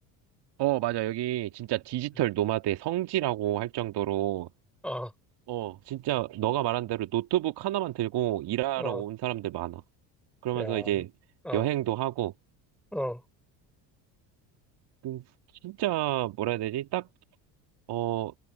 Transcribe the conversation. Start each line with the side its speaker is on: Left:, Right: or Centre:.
Right: 어, 맞아. 여기 진짜 디지털
Centre: 음.
Right: 노마드의 성지라고 할 정도로,
Centre: 어,
Right: 어, 진짜 너가 말한 대로 노트북 하나만 들고 일하러
Centre: 어,
Right: 온 사람들 많아. 그러면서
Centre: 야,
Right: 이제
Centre: 어,
Right: 여행도 하고,
Centre: 어.
Right: 음, 진짜 뭐라 해야 되지? 딱, 어,